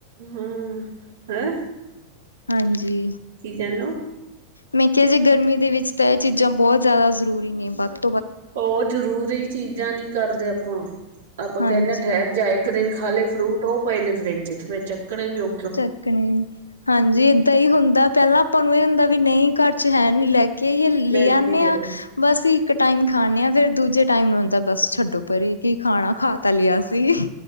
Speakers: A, on the right; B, on the left.
A: ਹੂੰ ਹੈਂ।
B: ਹਾਂਜੀ।
A: ਕੀ ਕਹਨੇ ਓ
B: ਮੈਂ ਕਿਹਾ ਜੀ ਗਰਮੀ ਦੇ ਵਿੱਚ ਤਾਂ ਇਹ ਚੀਜ਼ਾਂ ਬੋਤ ਜ਼ਿਆਦਾ ਜ਼ਰੂਰੀ ਨੇ ਬਾਕੀ
A: ਉਹ ਜ਼ਰੂਰੀ ਚੀਜ਼ਾਂ ਨੀ ਕਰਦੇ ਆਪਾਂ, ਆਪਾਂ
B: ਹਾਂਜੀ
A: ਕਹਿੰਦੇ ਠੈਰ ਜਾਏ। ਇੱਕ ਦਿਨ ਖਾਲੇ ਫਰੂਟ ਉਹ ਪਏ ਨੇ ਫਰਿੱਜ ਚ ਮੈਂ ਚੱਕਣੇ ਵੀ ਓ
B: ਚੱਕਣੇ ਹਾਂਜੀ ਏਦਾਂ ਹੀ ਹੁੰਦਾ ਪੈਲਾਂ ਆਪਾਂ ਨੂੰ ਇਹ ਹੁੰਦਾ ਵੀ ਨਹੀਂ ਘਰ ਚ ਹੈ ਨੀ ਲੈ ਕੇ ਆਈ। ਲੈ
A: ਕੇ
B: ਆਣੇ ਆਂ।
A: ਆਓ
B: ਬਸ ਇੱਕ ਟਾਈਮ ਖਾਣੇ ਆ ਫੇਰ ਦੂਜੇ ਟਾਈਮ ਹੁੰਦਾ ਬਸ ਛੱਡੋ ਪਰੇ ਕਿ ਖਾਣਾ ਖਾ ਤਾਂ ਲਿਆ ਸੀ।